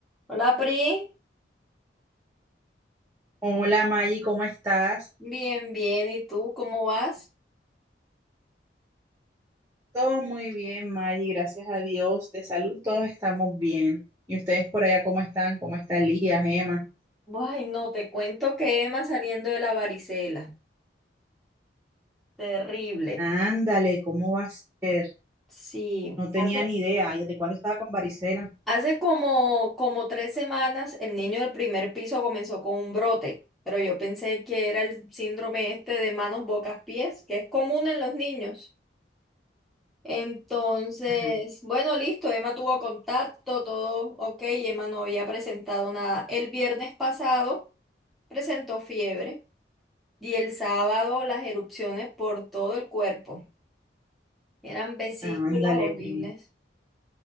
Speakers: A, in the centre; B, on the right (about 15°).
A: Hola, Pri.
B: Hola Maggie, ¿cómo estás?
A: Bien, bien. ¿Y tú cómo vas?
B: Todo muy bien, Maggie, gracias a Dios. De salud todos estamos bien. ¿Y ustedes por allá cómo están? ¿Cómo está Elías, Emma?
A: Ay, no, te cuento que Emma saliendo de la varicela. Terrible.
B: Ándale, ¿cómo va a ser?
A: Sí.
B: No tenía
A: Hace,
B: ni idea. Ay, ¿Desde cuándo estaba con varicela?
A: hace como, como tres semanas el niño del primer piso comenzó con un brote, pero yo pensé que era el síndrome este de manos, bocas, pies, que es común en los niños. Entonces,
B: Ajá.
A: bueno, listo, Emma tuvo contacto, todo ok, Emma no había presentado nada. El viernes pasado presentó fiebre. Y el sábado las erupciones por todo el cuerpo. Eran vesículas
B: Ándale,
A: horribles.
B: pri.